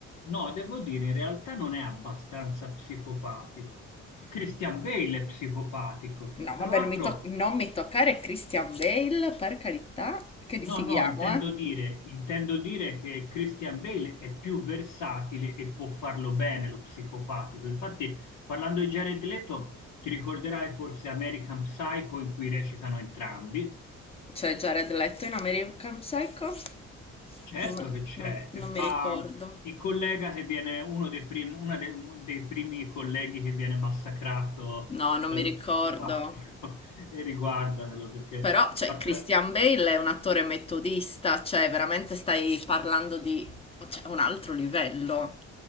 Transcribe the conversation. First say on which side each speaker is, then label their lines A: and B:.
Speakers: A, on the left; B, on the left.
A: No, devo dire, in realtà non è abbastanza psicopatico. Christian Bale è psicopatico.
B: No,
A: Tra
B: vabbè,
A: l'altro,
B: non mi, toc- non mi toccare Christian Bale, per carità, che litighiamo,
A: no, no, intendo
B: eh.
A: dire, intendo dire che Christian Bale è più versatile e può farlo bene lo psicopatico. Infatti, parlando di Jared Leto, ti ricorderai forse American Psycho in cui recitano entrambi.
B: Cioè Jared Leto in American Psycho?
A: Certo
B: Non,
A: che c'è,
B: non-
A: e
B: non
A: fa
B: mi ricordo.
A: il collega che viene, uno dei prim- una de- uno dei primi colleghi che viene massacrato
B: No, non
A: dallo
B: mi ricordo.
A: psicopatico, <laughs> e riguardatelo perché,
B: Però, cioè,
A: a parte,
B: Christian Bale è un attore metodista, cioè, veramente stai parlando di, cioè, un altro livello.